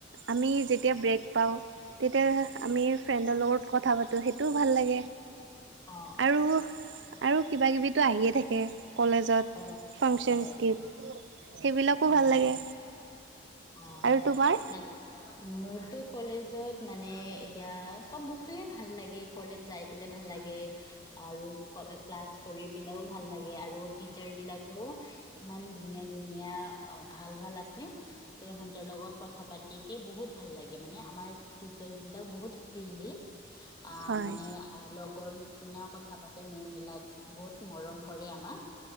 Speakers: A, on the right (about 70°); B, on the left (about 20°).
A: আমি যেতিয়া ব্ৰেক পাওঁ তেতিয়া আমি ফ্ৰেণ্ডৰ লগত কথা পাতোঁ সেই- টোও ভাল লাগে
B: অ'।
A: আৰু আৰু কিবাকিবিতো আহিয়ে থাকে। কলেজত
B: অ
A: ফাংচনস্
B: হয় হয়
A: গীফ্ট সেইবিলাকো
B: অ',
A: ভাল লাগে।
B: অ',
A: আৰু তোমাৰ
B: ন মোৰটো কলেজ জত মানে এতিয়া চব বস্তুয়ে ভাল লাগে কলেজ যাই পেলাই ভাল লাগে আৰু ক্লাছ কৰি পেলাইও ভাল লাগে আৰু টিচাৰ বিলাকও ইমান ধুনীয়া ধুনীয়া ভাল ভাল আছে। ত' সিহঁতৰ লগত কথা পাতি কেে বহুত ভাল লাগে মানে আমাৰ টিচাৰ্চ বিলাক বহুত ফ্ৰলি অ',
A: হয়
B: মানে লগৰ নিচি নিচিনাও কথা পাতে মেম বিলাক বহুত মৰম কৰে আমাৰ